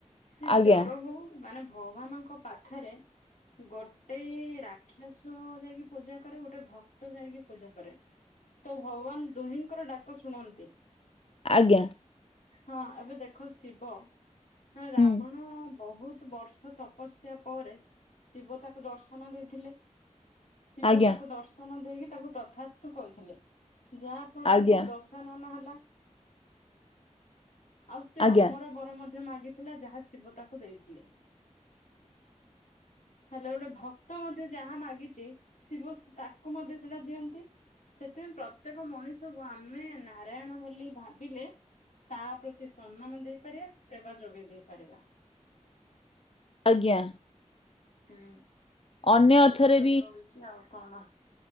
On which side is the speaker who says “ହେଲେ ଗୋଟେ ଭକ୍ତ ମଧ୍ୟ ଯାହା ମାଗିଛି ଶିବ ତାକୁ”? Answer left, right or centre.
Left